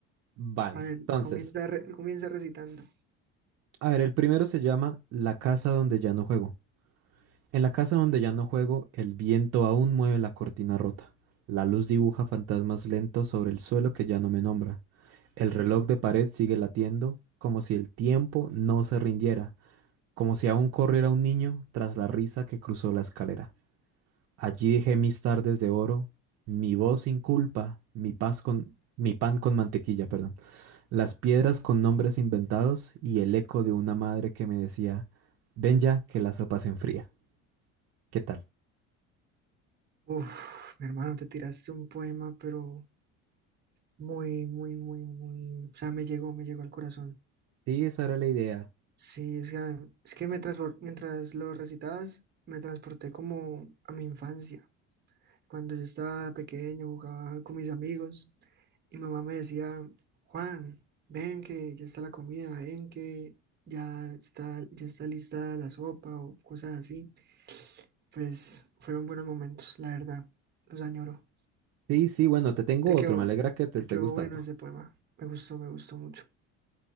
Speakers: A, on the right; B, on the right.
A: Vale.
B: A ver,
A: Entonces,
B: comienza, re- comienza recitando.
A: a ver, el primero se llama La casa donde ya no juego. En la casa donde ya no juego, el viento aún mueve la cortina rota. La luz dibuja fantasmas lentos sobre el suelo que ya no me nombra. El reloj de pared sigue latiendo, como si el tiempo no se rindiera, como si aún corriera un niño tras la risa que cruzó la escalera. Allí dejé mis tardes de oro, mi voz sin culpa, mi paz con mi pan con mantequilla, perdón, las piedras con nombres inventados y el eco de una madre que me decía, ven ya que la sopa se enfría. ¿Qué tal?
B: Uf, mi hermano, te tiraste un poema, pero muy, muy, muy, muy, o sea, me llegó, me llegó al corazón.
A: Sí, esa era la idea.
B: Sí, o sea, es que me transpor- mientras lo recitabas, me transporté como a mi infancia. Cuando yo estaba pequeño, jugaba con mis amigos y mi mamá me decía, Juan, ven que ya está la comida, ven que ya está, ya está lista la sopa o cosas así. Pues fueron buenos momentos, la verdad, los añoro.
A: Sí, sí, bueno, te tengo
B: Te
A: otro,
B: quedó,
A: me alegra que te
B: te
A: esté
B: quedó
A: gustando.
B: bueno ese poema. Me gustó, me gustó mucho.